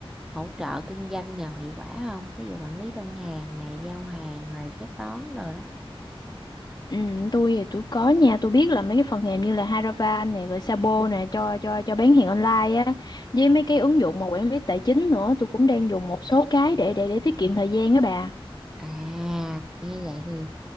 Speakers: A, in the centre; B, on the left (about 40°).
A: hỗ trợ kinh doanh nào hiệu quả không ví dụ quản lý đơn hàng nè giao hàng rồi kế toán rồi đó
B: Ừ tôi thì tôi có nha Tôi biết là mấy cái phần mềm như là Haravan này Rồi Sabo nè cho cho cho bán hàng online á Với mấy cái ứng dụng mà quản lý tài chính nữa Tôi cũng đang dùng một số cái để để để tiết kiệm thời gian á bà
A: à nghe vậy thì